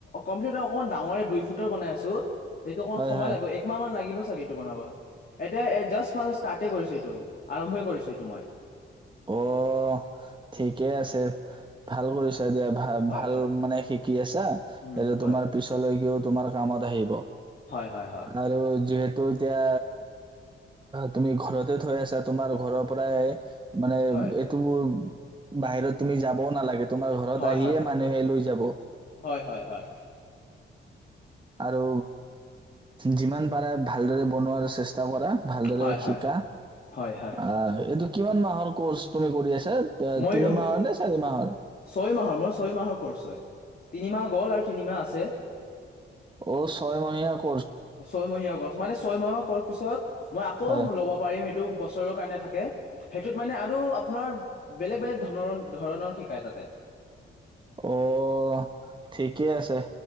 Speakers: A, on the left (about 45°); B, on the right (about 20°).
A: কমপ্লিট <unintelligible> অমান ডাঙৰে দুই ফুটৰ বনাই আছো। সেইটো অকমান
B: হয়
A: সময়
B: হয়
A: লাগিব, একমাহ মান লাগিব <unintelligible> বনাব। এতিয়া জাষ্ট <unintelligible> ষ্টাৰ্টে কৰিছো এইটো, আৰম্ভই কৰিছো এইটো মই।
B: অ' ঠিকেই আছে, ভাল কৰিছ এতিয়া ভাল-ভাল
A: হয় হয়
B: মানে শিকি আছা,
A: উম
B: এইটো
A: হয়
B: তোমাৰ পিছলৈকেও তোমাৰ কামত আহিব।
A: হয় হয় হয়
B: আৰু যিহেত তো এতিয়া, তুমি ঘৰতে থৈ আছা তোমাৰ ঘৰৰ পৰাই মানে
A: হয়,
B: এইটো মোৰ বাহিৰত তুমি যাবও নালাগে তোমাৰ ঘৰত
A: হয়,
B: আহিয়ে
A: হয়,
B: মানুহে লৈ যাব।
A: হয়, হয়, হয়,
B: আৰু যিমান পাৰা ভালদৰে বনোৱাৰ চেষ্টা চেষ্টা কৰা ভালদৰে
A: হয়, হয়,
B: শিকা।
A: হয়, হয়,
B: আহ এইটো কিমান মাহৰ কোৰ্স তুমি কৰি আছা? ত-
A: মই
B: তিনি
A: ছয়
B: মাহৰ নে চাৰি মাহৰ
A: মাহৰ, মই ছয় মাহৰ কোৰ্স হয়। তিনিমাহ গ'ল আৰু তিনিমাহ আছে।
B: ঔ ছয় মহনাীয়া <unintelligible>
A: ছয় মহিয়া <unintelligible> মানে ছয় মাহৰ কোৰ্স পিছত মই আকৌ
B: হয়
A: ল'ব পাৰিম সেইটো। বছৰৰ কাৰণে থাকে সেইটোত মানে আৰু আপোনাৰ বেলেগ-বেলেগ ধ ধৰণৰ শিকায় তাতে।
B: ঔ', ঠিকে আছে,